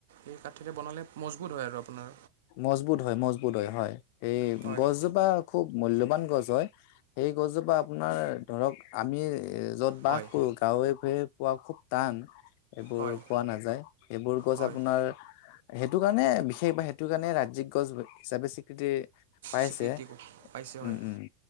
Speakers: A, on the right; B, on the left.
A: এই কাঠিতে বনালে মজবুত হয় আৰু আপোনাৰ
B: মজবুত হয় মজবুত হয় হয় সেই
A: হয়।
B: গছজোপা খুব মূল্যবান গছ হয় সেই গছজোপা আপোনাৰ ধৰক আমি এ যত বাস
A: হয়
B: কৰো গাঁৱে ভোৱে পোৱা খুব টান। এইবোৰ
A: হয়
B: পোৱা নাযায় সেইবোৰ গছ
A: হয়
B: আপোনাৰ সেইটো কাৰণে বিশেষ বা সেইটো কাৰণে ৰাজ্যিক গছ হিচাপে স্বীকৃতি। পাইছে
A: স্বীকৃতি পাইছে হয়।
B: উম উম